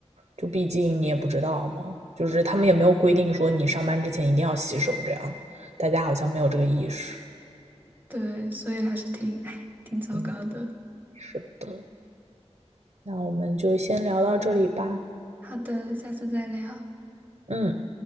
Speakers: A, on the right (about 55°); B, on the right (about 15°).
A: 就毕竟你也不知道嘛，就是他们也没有规定说你上班之前一定要洗手这样的，大家好像没有这个意识。
B: 对，所以还是挺，哎，挺糟糕的。
A: 嗯，是的，那我们就先聊到这里吧。
B: 好的，下次再聊。
A: 嗯。